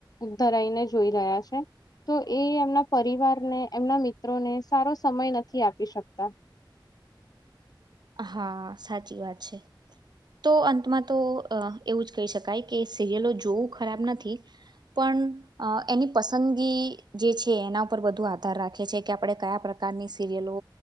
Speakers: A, on the left; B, on the right.
A: ધરાઈને જોઈ રહ્યા છે. તો એ એમના પરિવારને એમના મિત્રોને સારો સમય નથી આપી શકતા.
B: હા, સાચી વાત છે. તો અંતમાં તો અ-એવું જ કહી શકાય કે સિરિયલો જોવું ખરાબ નથી પણ અ-એની પસંદગી જે છે, એના પર બધુ આ ધાર રાખી છે કે આપડે કયા પ્રકારની સિરિયલો